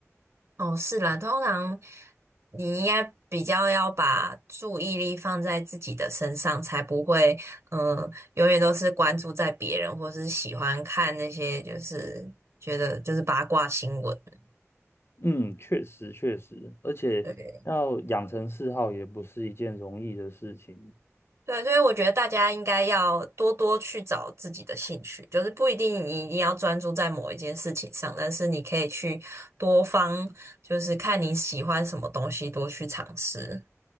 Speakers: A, on the right (about 60°); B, on the left (about 50°).
A: 哦，是啦，通常你应该比较要把注意力放在自己的身上，才不会，嗯、永远都是关注在别人，或是喜欢看那些就是觉得就是八卦新闻。
B: 嗯，确实确实，而且要养成嗜好也不是一件容易的事情。
A: 对对，所以我觉得大家应该要多多去找自己的兴趣，就是不一定你一定要专注在某一件事情上，但是你可以去多方，就是看你喜欢什么东西，多去尝试。